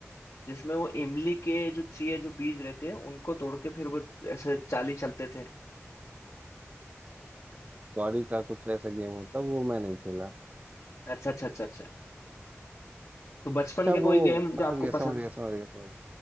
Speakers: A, on the left; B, on the right.
A: जिसमें वो इमली के जो चाहिए जो बीज रहते हैं उनको तोड़ के फिर वो ऐसे चाली चलते थे
B: कौड़ी का कुछ ऐसा गेम होता है वो मैं नहीं खेला
A: अच्छा अच्छा अच्छा अच्छा तो बचपन
B: अच्छा
A: के
B: वो
A: कोई गेम जो
B: समझ
A: आपको
B: गया
A: पसंद
B: समझ गया समझ गया समझ गया